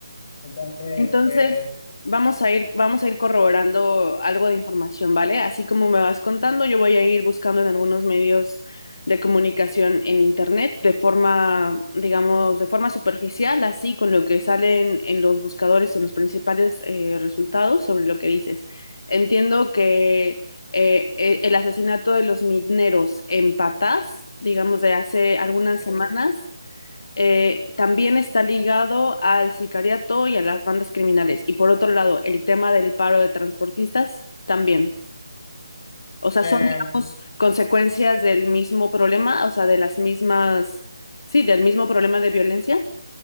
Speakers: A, on the left; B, on the left.
A: Entonces,
B: Entonces,
A: pues,
B: vamos a ir, vamos a ir corroborando algo de información, ¿vale? Así como me vas contando, yo voy a ir buscando en algunos medios de comunicación en internet de forma, digamos, de forma superficial, así con lo que salen en los buscadores, en los principales eh, resultados sobre lo que dices. Entiendo que eh, eh, el asesinato de los mineros en Patás, digamos, de hace algunas
A: sí,
B: semanas eh, también está ligado al sicariato y a las bandas criminales. Y por otro lado, el tema del paro de transportistas también. O sea,
A: eh,
B: son, digamos, consecuencias del mismo problema, o sea, de las mismas, sí, del mismo problema de violencia.